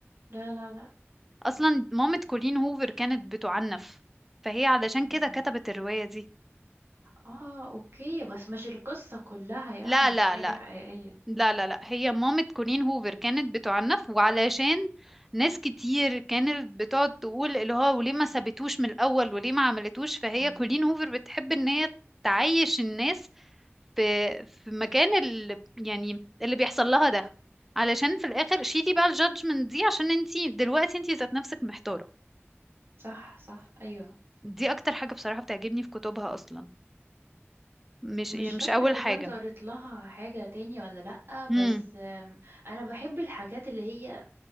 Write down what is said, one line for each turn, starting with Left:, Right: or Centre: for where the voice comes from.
Right: لا لا لا
Centre: اصلا مامة كولين هوفر كانت بتعنف فهي علشان
Right: مم.
Centre: كده كتبت الرواية دي
Right: اه اوكي بس مش القصة كلها يعني
Centre: لا لا
Right: حاجة
Centre: لا
Right: حقيقية
Centre: لا لا لا هي مامة كولين هوفر كانت بتعنف وعلشان ناس كتير كانت بتقعد تقول اللي هو وليه ما سابتوش من الأول وليه ما عملتوش فهي
Right: امم
Centre: كولين هوفر بتحب ان هي تعيش الناس في في مكان اللي يعني اللي بيحصل لها ده علشان في الآخر شيلي بقى الجادجمنت دي عشان انتي دلوقتي انتي ذات نفسك محتارة
Right: صح صح ايوه
Centre: دي أكتر حاجة بصراحة بتعجبني في كتبها أصلا مش
Right: مش
Centre: يعني
Right: فاكرة
Centre: مش أول
Right: اذا
Centre: حاجة
Right: كنت قريت لها حاجة تاني ولا لأ بس
Centre: امم
Right: آم، انا بحب الحاجات اللي هي